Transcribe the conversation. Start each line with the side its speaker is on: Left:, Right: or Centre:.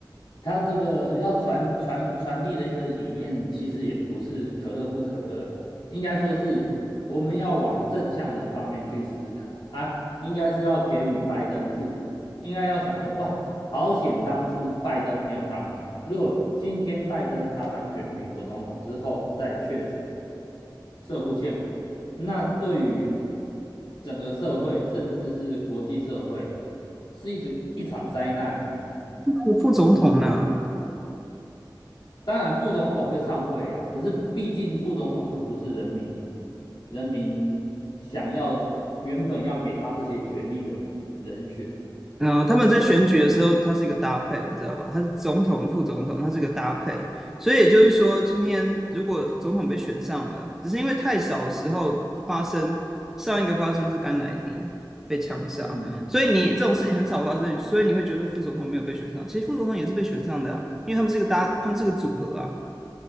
Left: 他这个要传传传递的一个理念，其实也不是可乐不可乐啊，应该说是我们要往正向的方面去思考啊，应该是要给予拜登祝福，应该要想说，哇，好险当初拜登没有当选，如果今天拜登他当选美国总统之后再确诊社会腺癌，那对于整个社会，甚至是国际社会，是一直一场灾难呐、啊
Centre: 那个副总统呢？
Left: 我只能。这样。当然副总统会上位啊，可是毕竟副总统就不是人民人民想要原本要给他这些权利的人选呐、
Centre: 嗯，呃他们在选举的时候，
Left: 所
Centre: 它是一个搭配，你知道吧？它是总统、副总统，它是一个搭配。所以也就是说，今天如果总统被选上了，只是因为太少的时候发生，上一个发生是甘乃迪被枪杀，
Left: 以嗯，
Centre: 所以你这种事情很少发生，所以你会觉得副总统没有被选上。其实副总统也是被选上的啊，因为他们是一个搭，他们是个组合啊。